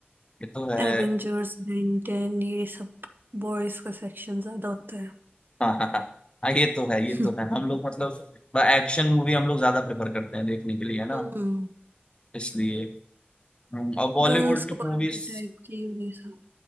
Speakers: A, on the left; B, on the right.
A: ये तो है
B: एवेंजर्स बेन टेन ये सब बॉयज का सेक्शन ज्यादा होता है
A: हाँ हाँ हाँ हाँ, ये तो है
B: <laughs>
A: ये तो है हम लोग मतलब एक्शन मूवी हम लोग ज्यादा प्रेफर करते हैं देखने के लिए है ना
B: हम्म
A: इसलिए हम्म, और बॉलीवुड
B: गर्ल्स को बारबी
A: मूवीज
B: टाइप की ये सब